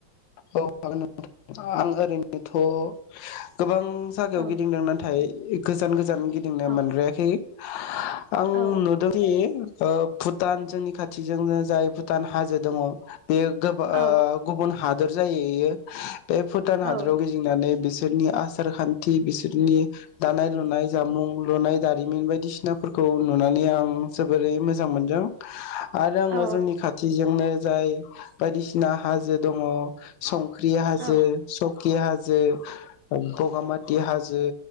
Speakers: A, on the left; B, on the right.
A: औ हागोन नोंथां आं ओरैनोथ' गोबां जागायाव
B: औ
A: गिदिंदों नाथाय गोजान-गो गोजान गिदिंनो
B: औ
A: मोनद्रायाखै आं
B: औ
A: नुदोंदि भुटान जोंनि खाथिजोंनो जाय भुटान हाजो दङ। बेयो गोबां
B: औ
A: गुबुन हा दोर जायो बेयो बे भुटान हादराव
B: औ
A: गिदिंनानै बि बिसोरनि आसार खान्थि बिसोरनि दानाय लुनाय जामुं लुनाय दारिमिन बायदिसिनाफोरखौ नुनानै आं जोबोरै मोजां मोनदों । आरो आङो
B: औ
A: जोंनि खाथिजोंनो जाय बायदिसिना हाजो दङ सम फुख्रि हाजो,
B: औ
A: सकि हाजो बगामाथि हाजो